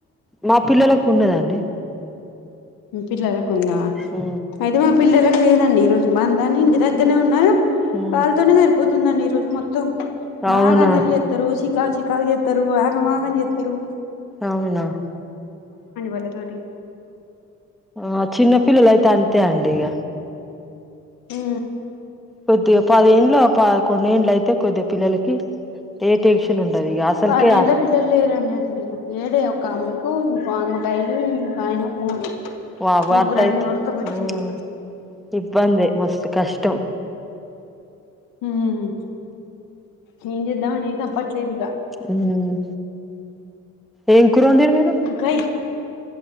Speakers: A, in the centre; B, on the left.
A: మా పిల్లలకు ఉండదండి
B: పిల్లలకు ఉంద
A: హు
B: అయితే మా పిల్లలకి లేదండి ఈ రోజు బందాన్ని ఇంటి దగ్గరనే ఉన్నారు
A: ఉమ్
B: వాళ్ళతోనే సర్ పోతుందండి ఈ రోజు మొత్తం
A: అవునా
B: బాగ <unintelligible> <unintelligible> చికల్ చికాల్ చెతరు ఆగమాగం చెతరు
A: అవునా
B: వాళ్ళతోటి
A: ఆ చిన్న పిల్లలైతే అంతే అండి ఇగ
B: ఉ
A: కొద్దిగా <unintelligible> కొండేండ్లు అయితే కొద్ది పిల్లలకి ఏ టెన్షన్ ఉండదు అసలుకే
B: <unintelligible> పిల్లలు లేరండి అసలు <unintelligible> ఒక అమ్మకు ఇంకో అమ్మకు అయ ఇంకా ఆయన మూడు
A: వా వాటయిత్
B: ముగ్గురండి వరసకు వచ్చిర్రు
A: ఉమ్ ఇబ్బంది మస్తూ కష్టం
B: ఉమ్ మేం చేద్దమండి తప్పట్లేదు ఇగ
A: ఉమ్ ఎం కూర ఒండిరు మీరు
B: ఇంక